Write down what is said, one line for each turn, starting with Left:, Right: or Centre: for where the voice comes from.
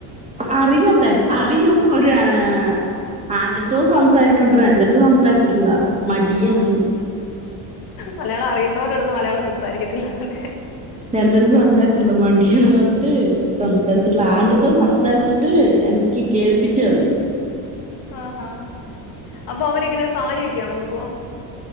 Right: അറിയാത്തെ, അറിയും ഒരു ഏഹ് ആന്റടുത്തു സംസാരിക്കുന്നത്രേ, എന്റെട്ത്ത് സംസാരിച്ചിട്ടില്ല. മടിയാണ്ന്ന്.
Left: മലയാളം അറിയുന്നവരുടെ അടുത്ത് മലയാളം സംസാരിക്കത്തില്ല അല്ലേ?
Right: എന്റടുത്ത് സംസാരിച്ചില്ല മണ്ടിയാണ് പറഞ്ഞിട്ട്. സംസാരിച്ചിട്ടുള്ള, ആരടുത്തോ സംസാരിച്ചിട്ട് എനിക്ക് കേൾപ്പിച്ചു തന്ന്.
Left: ആഹാ, അപ്പൊ അവനെങ്ങനെ സാരിയൊക്കെ ആണോടുക്കുവാ?